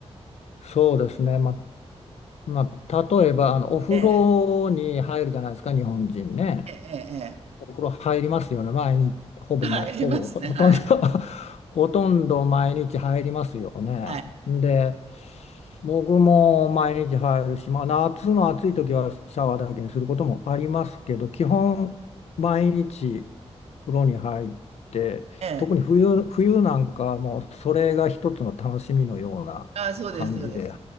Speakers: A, on the left; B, on the right.
A: そうですね。ま、まあ、例えば、あの、お風呂に入るじゃないですか、
B: ええ、
A: 日本人ね。
B: えええ
A: お風呂入りますよね。毎日、ほぼ毎、
B: え。はい、
A: ほぼ、
B: いますね、
A: ほとんど
B: はい。
A: <laughs> ほとんど毎日入りますよね。
B: はい。
A: で、僕も毎日入るし、まあ、夏の暑い時はシャワーだけにすることもありますけど、基本毎日風呂に入って、
B: ええ。
A: 特に冬、冬なんかはもうそれが一つの楽しみのような感じで
B: ああ、そうですそうです。